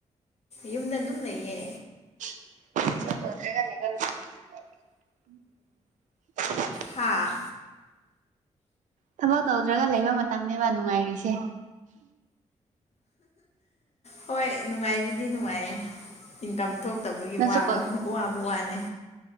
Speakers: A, on the left; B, on the right.
A: ꯌꯨꯝꯗ ꯑꯗꯨꯝ ꯂꯩꯌꯦ
B: <unintelligible>
A: ꯍꯥꯥ
B: ꯊꯕꯛ ꯇꯧꯗ꯭ꯔꯒ ꯂꯩꯕ ꯃꯇꯝꯅꯦꯕ ꯅꯨꯡꯉꯥꯏꯔꯤꯁꯦ
A: ꯍꯣꯏ ꯅꯨꯡꯉꯥꯏꯕꯨꯗꯤ ꯅꯨꯡꯉꯥꯏꯌꯦ ꯏꯟꯀꯝ ꯊꯣꯛ ꯇꯕꯒꯤ
B: ꯅꯪꯁꯨ
A: ꯋꯥꯕ
B: ꯀꯣꯜ
A: ꯋꯥꯕ ꯋꯥꯅꯤ